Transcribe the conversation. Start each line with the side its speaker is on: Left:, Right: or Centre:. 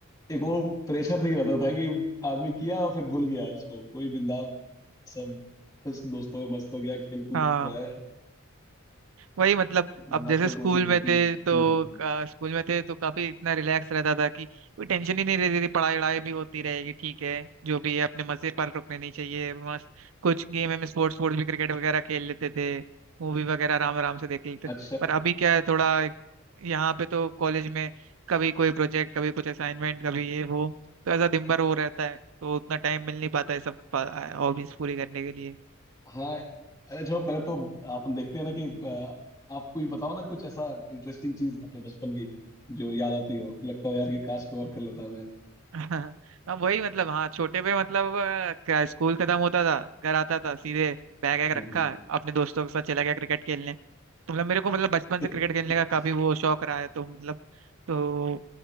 Left: एक वो प्रेशर नहीं रहता था कि आदमी किया और फिर भूल गया उसको कोई बिंदास सब बस दोस्तों में मस्त हो गया खेल कूद
Right: हाँ
Left: रहा है
Right: वही मतलब
Left: लेकिन
Right: अब जैसे
Left: आजकल
Right: स्कूल
Left: तो वो चीज मिलती
Right: में थे
Left: नहीं हम्म
Right: तो
Left: हम्म।
Right: का- स्कूल में थे तो काफी इतना रिलैक्स रहता था कि कोई टेंशन ही नहीं रहती थी पढ़ाई वढ़ाई भी होती रहेगी ठीक है जो भी है अपने मजे पर रुकने नहीं चाहिए मस्त कुछ गेम में स्पोर्ट्स स्पोर्ट्स भी क्रिकेट वगैरह खेल लेते थे मूवी वगैरह आराम आराम से देख लेते
Left: अच्छा
Right: पर अभी क्या है थोड़ा यहाँ पे तो कॉलेज में कभी कोई प्रोजेक्ट कभी कुछ असाइनमेंट कभी ये वो तो ऐसा दिन भर हो रहता है तो उतना टाइम मिल नहीं पाता है सब हॉबीज पूरी करने के लिए
Left: हाँ अरे जो पहले तो आप देखते हैं ना कि अ, आप कोई बताओ ना कुछ ऐसा इंटरेस्टिंग चीज अपने बचपन की जो याद आती हो लगता हो यार कि काश को और कर लेता मैं
Right: <laughs> हाँ हाँ, वही मतलब हाँ छोटे पे मतलब अ, क्या स्कूल खत्म होता था घर आता था सीधे बैग वैग
Left: हम्म
Right: रखा
Left: हम्म,
Right: अपने दोस्तों के साथ चला गया क्रिकेट खेलने तो मतलब मेरे को मतलब बचपन
Left: <laughs>
Right: से क्रिकेट खेलने का काफी वो शौक रहा है तो मतलब तो